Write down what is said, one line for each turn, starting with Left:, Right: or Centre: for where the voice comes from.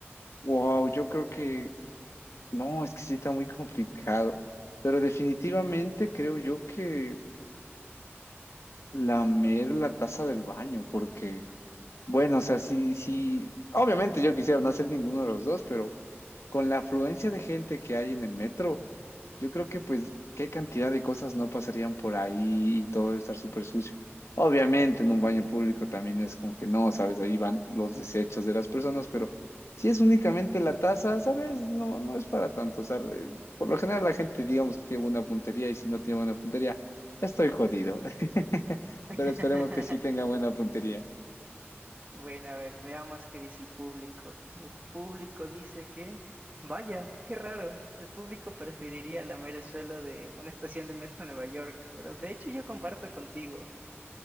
Left: Wow, yo creo que No, es que sí está muy complicado. Pero definitivamente creo yo que lamer la taza del baño, porque bueno, o sea, sí, sí, obviamente yo quisiera no hacer ninguno de los dos, pero con la afluencia de gente que hay en el metro, yo creo que pues qué cantidad de cosas no pasarían por ahí y todo debe estar súper sucio. Obviamente en un baño público también es como que no, sabes, ahí van los desechos de las personas, pero si es únicamente la taza, sabes, no, no es para tanto. O sea, re- por lo general la gente digamos que tiene buena puntería y si no tiene buena puntería, estoy jodido. <laughs>
Right: <laughs>
Left: Pero esperemos que sí tenga buena puntería.
Right: Bueno, a ver, veamos qué dice el público. Y el público dice que, vaya, qué raro. El público preferiría lamer el suelo de una estación de metro en Nueva York, pero de hecho yo comparto contigo,